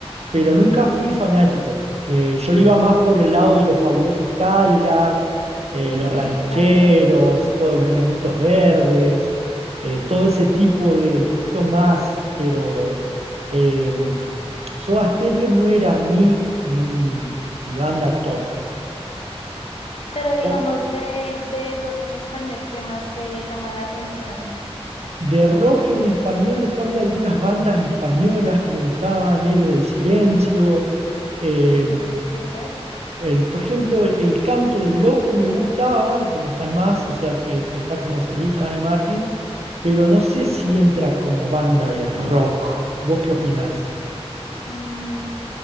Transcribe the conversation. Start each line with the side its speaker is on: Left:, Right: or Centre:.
Right: pero nunca fui fanático. Eh, yo le iba más por el lado de los fabulosos Cadillac, eh,
Left: Uy,
Right: los
Left: sí,
Right: rancheros,
Left: también.
Right: todos los enanitos verdes, eh, todo ese tipo de un poquito más, pero eh, Soda Stereo no era mi, mi, mi banda top.
Left: Pero digamos
Right: O-
Left: de, de rock en español, ¿qué más te llama la atención?
Right: de rock en español, después había algunas bandas españolas que me gustaban, Héroes del Silencio, eh,
Left: Sí, súper.
Right: el- por ejemplo, el, el canto del loco me gustaba, que no están más, o sea, eh, está como solista Dani Martín, pero no sé si entra como banda de rock. ¿Vos qué opinás?
Left: Mm,